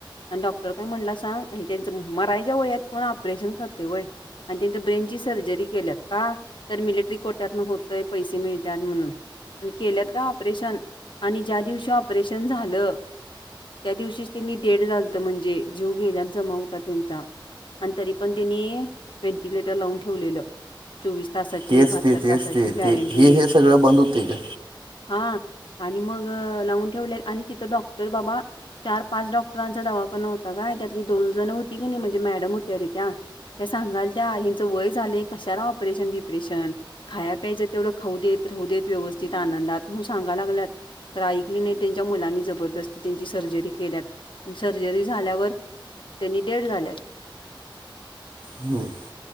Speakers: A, on the left; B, on the right.
A: आणि डॉक्टर काय म्हणला सांग, आणि त्यांच मरायच्या वयात कोण ऑपरेशन करते व्हयं. आणि त्यांच्या ब्रेन ची सर्जरी केल्यात का? तर मिलिट्री कोट्यातन होतंय, पैसे मिळत्यात म्हणून. आणि केल्यात काय ऑपरेशन, आणि ज्या दिवशी ऑपरेशन झालं. त्या दिवशीच त्यांनी डेड झालत, म्हणजे जीव गेल्यास जमा होता त्यांचा. आणि तरी पण त्यांनी व्हेंटिलेटर लावून ठेवलेलं. चोवीस तासाची
B: तेच
A: बहात्तर
B: ते तेच
A: तासाची
B: ते
A: गॅरंटी
B: ते हे
A: देत.
B: हे सगळं बंद होते का
A: आ.. आणि मग लावून ठेवले, आणि तिथं डॉक्टर बाबा. चार पाच डॉक्टरांचा दवाखना होता काय, त्यातली दोन जण होती कणी म्हणजे मॅडम होत्या रे त्या. त्या सांगाल त्या ह्याच वय झाले, कशाला ऑपरेशन बिपरेशन. खाय प्यायला तेवढं खाऊ देत राहू देत व्यवस्थित आनंदात म्हणून सांगा लागल्यात. तर ऐकली नाही त्यांच्या मुलांनी जबरदस्ती त्यांची सर्जरी केल्यात अन सर्जरी झाल्यावर त्यांनी डेड झाल्यात.
B: हम्म